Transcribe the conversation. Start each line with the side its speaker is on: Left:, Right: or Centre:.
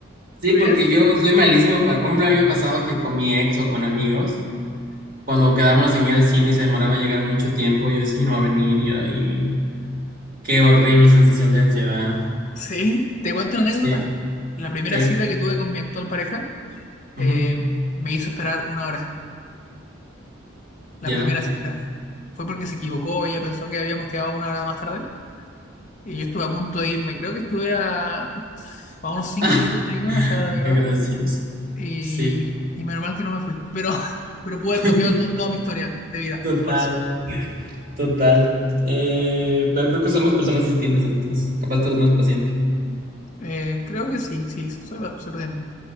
Right: Sí,
Left: ¿Preferirías
Right: porque
Left: llegar-
Right: yo soy malísimo para, por ejemplo, a mí me ha pasado que con mi ex o con amigos, cuando quedábamos en ir al cine y se demoraba llegar mucho tiempo, yo decía, "Ya no va a venir y, era- y qué horrible sensación de ansiedad.
Left: Sí, te cuento una anécdota.
Right: Sí,
Left: La primera
Right: ¿qué?
Left: cita que tuve con mi actual pareja eh,
Right: Ujú,
Left: me hizo esperar una hora. la
Right: Ya.
Left: primera cita. Fue porque se equivocó, ella pensó que habíamos quedado una hora más tarde y yo estuve a punto de irme. Creo que estuve a, a unos
Right: <laughs>
Left: cinco
Right: <laughs>
Left: minutos de irme, o sea, de
Right: Qué
Left: verdad.
Right: gracioso.
Left: Y,
Right: Sí,
Left: y menos mal que no me fui, pero, <laughs> pero pude
Right: <laughs>
Left: haber cambiado to- toda mi historia de vida,
Right: total,
Left: por eso.
Right: total. Eh, pero creo que somos personas distintas, entonces capaz tú eres más paciente.
Left: Eh, creo que sí, sí, soy, soy paciente.